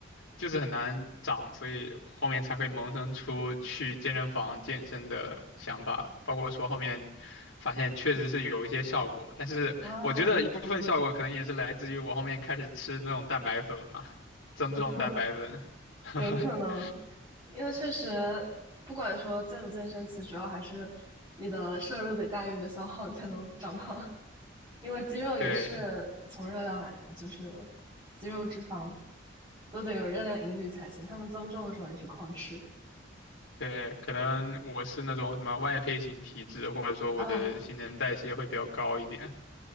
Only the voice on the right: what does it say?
啊，
<laughs>
有可能，因为确实不管说健不健身，其实主要还是你的摄入得大于你的消耗，你才能长胖。因为肌肉也是从热量来的，
就是肌肉、脂肪都得有热量盈余才行。他们增重的时候也是狂吃
啊，